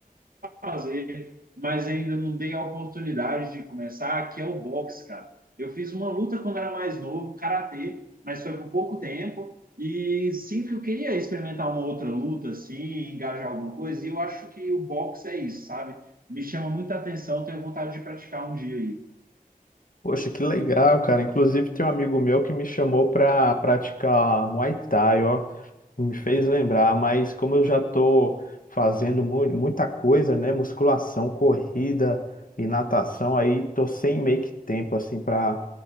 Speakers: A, on the right (about 75°); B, on the left (about 65°).
A: fazer, mas ainda não dei a oportunidade de começar, que é o boxe, cara. Eu fiz uma luta quando era mais novo, karatê, mas foi por pouco tempo. E sempre eu queria experimentar uma outra luta, assim, engajar alguma coisa, e eu acho que o boxe é isso, sabe? Me chama muita atenção, tenho vontade de praticar um dia aí.
B: Poxa, que legal, cara. Inclusive tem um amigo meu que me chamou para praticar Muay Thai, ó, que me fez lembrar, mas como eu já tô fazendo mu- muita coisa, né, musculação, corrida e natação, aí tô sem meio que tempo assim para